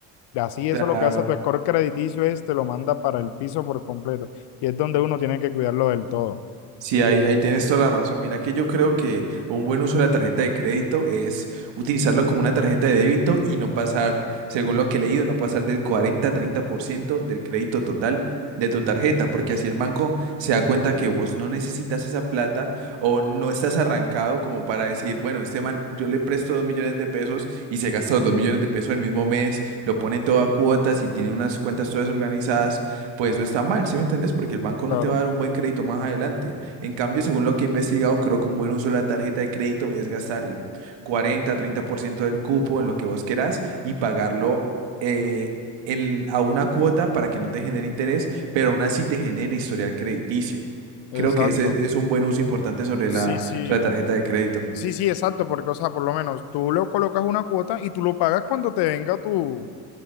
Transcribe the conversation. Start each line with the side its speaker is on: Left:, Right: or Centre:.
Left: Así eso
Right: Claro.
Left: lo que hace tu score crediticio es te lo manda para el piso por completo. Y es donde uno tiene que cuidarlo del todo.
Right: Sí, ahí, ahí tienes toda la razón. Mira que yo creo que un buen uso de la tarjeta de crédito es utilizarlo como una tarjeta de débito y no pasar, según lo que he leído, no pasar del cuarenta, treinta por ciento del crédito total de tu tarjeta, porque así el banco se da cuenta que vos no necesitas esa plata o no estás arrancado como para decir, bueno, este man, yo le presto dos millones de pesos y se gasta los dos millones de pesos el mismo mes, lo pone todo a cuotas y tiene unas cuentas todas organizadas, pues eso está mal, ¿sí me entendés? Porque el banco no
Left: Claro,
Right: te va a dar un buen crédito más adelante. En cambio, según lo que he investigado, creo que un buen uso de la tarjeta de crédito es gastar el 40-30% del cupo en lo que vos querás y pagarlo eh, en- a una cuota para que no te genere interés, pero aún así te genere historial crediticio.
Left: exacto.
Right: Creo que ese es es un buen uso importante sobre
Left: Sí,
Right: la,
Left: sí,
Right: sobre la tarjeta de crédito.
Left: sí, sí, exacto, porque, o sea, por lo menos tú le colocas una cuota y tú lo pagas cuando te venga tu,